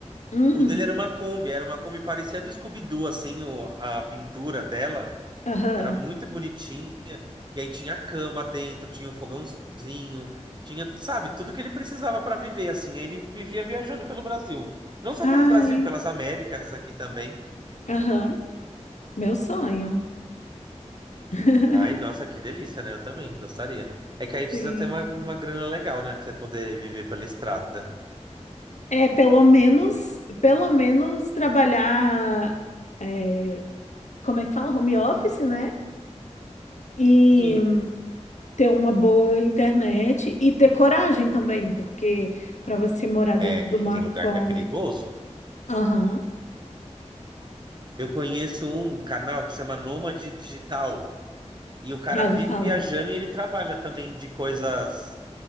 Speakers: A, on the left (about 75°); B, on the right (about 40°).
A: Hum,
B: o dele era uma Kombi, era uma Kombi parecia do Scooby-Doo, assim, o- a pintura dela.
A: aham.
B: Era muito bonitinha. E aí tinha a cama dentro, tinha o fogãozinho, tinha, sabe, tudo que ele precisava para viver, assim. Ele vivia viajando pelo Brasil. Não só
A: Ai,
B: pelo Brasil, pelas Américas aqui também.
A: aham. Meu sonho. <laughs>
B: Ai, nossa, que delícia, né? Eu também gostaria. É que aí precisa
A: Sim.
B: ter uma, uma grana legal, né? Pra você poder viver pela estrada.
A: É, pelo menos, pelo menos trabalhar, é, como é que fala? Home office, né? E
B: Sim.
A: ter uma boa internet e ter coragem também, porque para você morar
B: É
A: dentro
B: que
A: de uma
B: tem lugar
A: Kombi.
B: que é perigoso.
A: Aham,
B: Eu conheço um canal que chama Nômade Digital. E o cara
A: já
B: vive
A: ouvi falar.
B: viajando e ele trabalha também de coisas